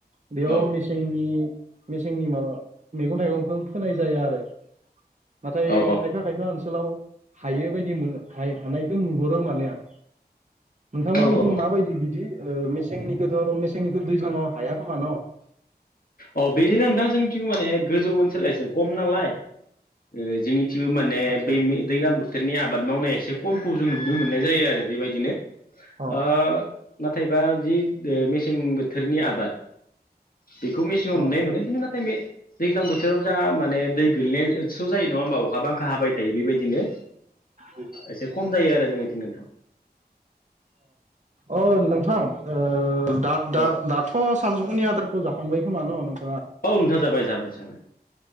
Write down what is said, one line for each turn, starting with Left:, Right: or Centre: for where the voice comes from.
Right: बेयाव
Left: औ
Right: मेसेंनि मेसेंनि माबा मैगं थाइगंखौ फोनाय जाया आरो नाथाय
Left: औ
Right: खायफा खायफा ओनसोलाव हायो बायदि मोनो हाय हानायखौ नुहरो माने आं नोंथांमोननिथिं
Left: औ औ
Right: माबायदि बिदि ओ मेसेंनिखौथ' मेसेंनिखौ दैज्लाङाव हाया खोमा न'
Left: औ बेदिनो नोंथां जोंथिं माने गोजौ ओनसोल एसे खम नालाय ओ जोंनि थिबो माने
Right: आदसा
Left: बे मे दैलां बोथोरनि आबाद मावनाया एसे खमखौ जों नुनो मोननाय जायो आरो बेबायदिनो
Right: अ
Left: ओ नाथायबा जि मेसें बोथोरनि आबाद बेखौ मेसेङाव
Right: अ
Left: नुनाय मोनो खिन्थु नाथाय मे दैग्लां बोथोराव जा माने दै गोलैनाय स' जायो नङा होमबा अखा बांखा हाबाय थायो बेबायदिनो
Right: अ
Left: एसे खम
Right: अ
Left: जायो आरो जोंनिथिं नोंथां
Right: अ नोंथां ओ दा दा
Left: औ
Right: दाथ' सानजुफुंनि आदारखौ जाखांबाय खोमा न नोंथां
Left: औ नोंथां जाबाय जाबाय जाबाय